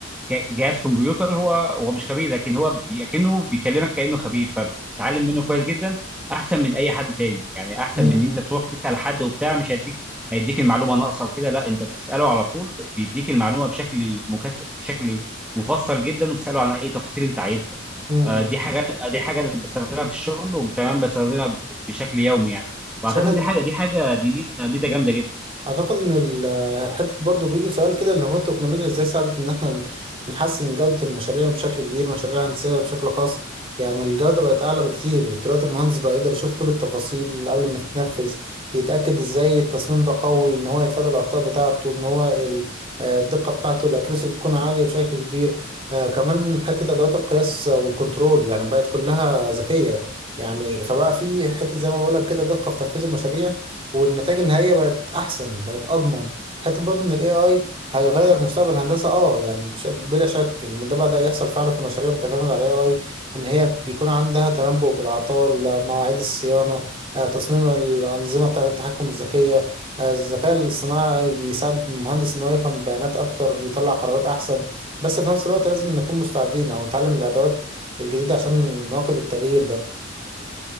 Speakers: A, in the centre; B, on the right (about 25°).
A: ك- جهاز كمبيوتر هو هو مش خبير لكن هو بي- كأنه بيكلمك كأنه خبير فبتتعلم منه كويس جدا احسن من اي حد تاني يعني احسن
B: امم
A: من
B: امم
A: ان انت تروح تسأل حد وبتاع مش هيديك هيديك المعلومة ناقصة وكده لا انت بتسأله على طول بيديك المعلومة بشكل مكث... بشكل مفصل جدا وبتسأله عن اي تفاصيل انت عايزها
B: إمم،
A: آه،
B: إمم.
A: دي حاجه دي حاجه أنا بستخدمها في الشغل وكمان بستخدمها بشكل يومي يعني واعتقد
B: شايف
A: إن
B: إن-
A: دي حاجه دي حاجه دي ميزه ميزة جامده جدا
B: اعتقد ان ال- آه، حته برضو بيجي سؤال كده اللي هو التكنولوجيا ازاي ساعدت ان احنا ال- نحسن جوده المشاريع بشكل كبير مشاريع الهندسيه بشكل خاص يعني الجوده بقت اعلى بكتير دلوقتي المهندس بقى يقدر يشوف كل التفاصيل قبل ما تتنفذ يتاكد ازاي التصميم ده قوي ان هو يتفادى الاخطاء بتاعته ان هو ال- آه، الدقه بتاعته الاكيرسي بتكون عاليه بشكل كبير آه، كمان حته ادوات القياس والكنترول يعني بقت كلها ذكيه يعني فبقى في حته زي ما بقول لك كده دقه في تنفيذ المشاريع والنتائج النهائيه بقت احسن بقت اضمن حتى برضه ان الاي اي هيغير مستقبل الهندسه اه يعني بش- بلا شك ان ده بدا يحصل فعلا في مشاريع بتعتمد على الاي اي ان هي بيكون عندها تنبؤ بالاعطال آه، مواعيد الصيانه آه، تصميم الانظمه بتاعه التحكم الذكيه آه، الذكاء الاصطناعي بيساعد المهندس ان هو يفهم بيانات اكتر يطلع قرارات احسن بس في نفس الوقت لازم نكون مستعدين او نتعلم الادوات الجديده عشان نواكب التغيير ده